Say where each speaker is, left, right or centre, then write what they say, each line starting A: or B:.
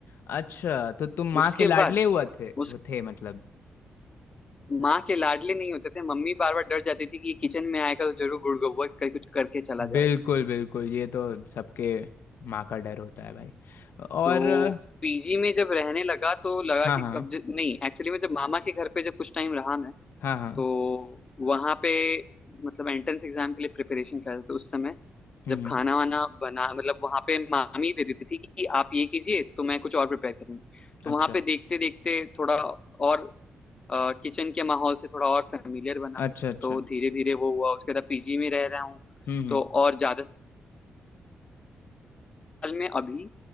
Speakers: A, on the left (about 65°); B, on the left (about 25°).
A: अच्छा तो तुम माँ
B: उसके
A: के लाडले
B: बाद
A: हुआ थे
B: उस
A: हो थे मतलब
B: माँ के लाडले नहीं होते थे मम्मी बार बार डर जाती थी कि ये किचन में आएगा तो जरूर गुड़गुड़ करके कुछ करके चला
A: बिल्कुल
B: जाएगा
A: बिल्कुल ये तो सबके माँ का डर होता है भाई और
B: तो
A: अ,
B: पीजी में जब रहने लगा तो लगा
A: हाँ
B: कि
A: हाँ
B: अब ज- नहीं एक्चुअली में जब मामा के घर पे जब कुछ टाइम रहा मैं
A: हाँ हाँ
B: तो वहाँ पे मतलब एंट्रेंस एग्जाम के लिए प्रिपरेशन कर रहे थे उस समय
A: हम्म
B: जब
A: हम्म,
B: खाना वाना बना मतलब वहाँ पे मामी दे देती थी कि आप ये कीजिए तो मैं कुछ और प्रिपेयर करूँगी तो
A: अच्छा
B: वहाँ पे देखते देखते थोड़ा और किचन के माहौल से थोड़ा और फेमिलियर बना
A: अच्छा अच्छा
B: तो धीरे धीरे वो हुआ उसके बाद पीजी में रह रहा हूँ
A: हम्म हम्म
B: तो और ज्यादा साल में अभी